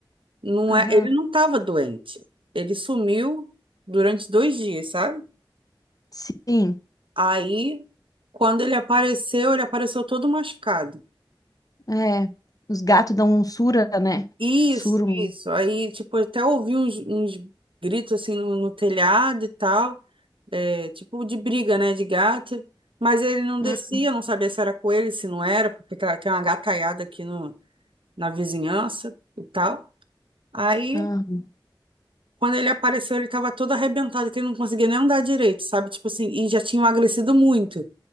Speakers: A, on the right; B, on the left.
A: Não
B: Aham.
A: é, ele não estava doente. Ele sumiu durante dois dias, sabe?
B: Sim,
A: Aí, quando ele apareceu, ele apareceu todo machucado.
B: é. Os gatos dão um sura, né?
A: Isso,
B: Surum.
A: isso. Aí, tipo, eu até ouvi uns, uns gritos assim no, no telhado e tal, é, tipo de briga, né, de gato. Mas ele não
B: Hum.
A: descia, não sabia se era com ele, se não era, porque tá- tem uma gataiada aqui no, na vizinhança e tal. Aí
B: Aham.
A: Quando ele apareceu, ele tava todo arrebentado, que ele não conseguia nem andar direito, sabe? Tipo assim, e já tinha emagrecido muito.